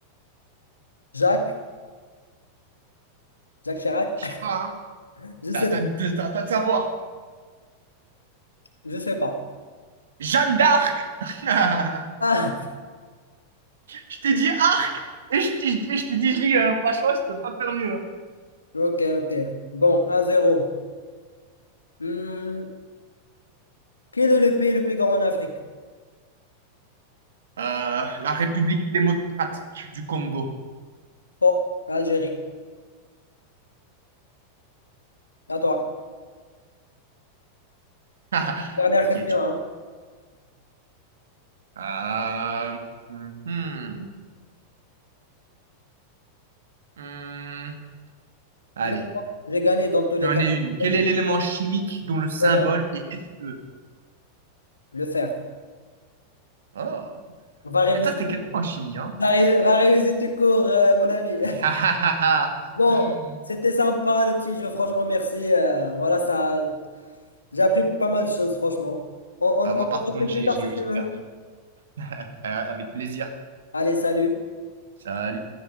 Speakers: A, on the left; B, on the right.
A: Jacques, Jacques Chirac.
B: Je
A: <laughs>
B: sais pas, hein.
A: Je
B: C'est
A: sais,
B: à toi de, c'est à toi de savoir.
A: je sais pas.
B: Jeanne d'Arc. <laughs>
A: Ah,
B: Je t'ai dit arc. Et je t'ai et je t'ai dit J. hein. Franchement, je peux pas faire mieux. hein.
A: ok, ok. Bon, 1-0. Hmm, quel est le pays le plus grand en Afrique?
B: Euh, la République démocratique du Congo.
A: Bon, Algérie. À toi.
B: <laughs>
A: Dernière
B: Ok,
A: question,
B: tu.
A: hein.
B: Euh, mhm. Hum, allez,
A: Mais bon, j'ai gagné dans tous les
B: j'en
A: cas.
B: ai une. Quel
A: Vas-y.
B: est l'élément chimique dont le symbole
A: Honneur,
B: est Fe?
A: le faire.
B: Oh,
A: Va réviser,
B: Ah, toi, t'es calé en chimie, hein?
A: va ré- va réviser tes cours, euh, mon ami.
B: <laughs>
A: <laughs> Bon, c'était sympa le petit jeu, franchement, merci. Euh, voilà, ça, j'ai appris pas mal de choses, franchement. On, on,
B: Ah,
A: on
B: moi,
A: en
B: par
A: refait
B: contre,
A: plus
B: j'ai
A: tard
B: j'ai-
A: si tu
B: j'ai
A: veux.
B: perdu. <laughs> Avec plaisir.
A: Allez, salut.
B: Salut.